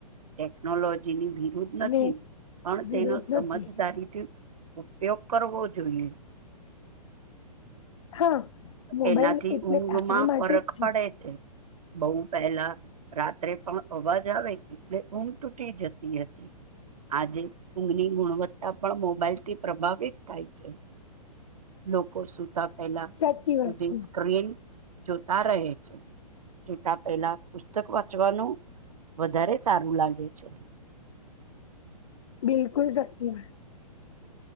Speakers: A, on the right; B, on the left.
A: ટેકનોલોજીની નથી
B: અને
A: પણ
B: વિરોધ
A: તેનો સમજદારીથી
B: નથી
A: ઉપયોગ કરવો જોઈએ.
B: હા. મોબાઈલ
A: એનાથી
B: એટલે
A: ઊંઘમાં
B: આપણા માટે
A: ફરક
B: જ
A: પડે છે. બોઉ પહેલા રાત્રે પણ અવાજ આવે એટલે ઊંઘ તૂટી જતી હતી. આજે ઊંઘની ગુણવત્તા પણ મોબાઈલથી પ્રભાવિત થાય છે. લોકો સુતા પહેલા
B: સાચી
A: સુધી
B: વાત છે
A: સ્ક્રીન જોતા રહે છે. સૂતા પહેલા પુસ્તક વાંચવાનું વધારે સારું લાગે છે.
B: બિલકુલ સાચી વાત.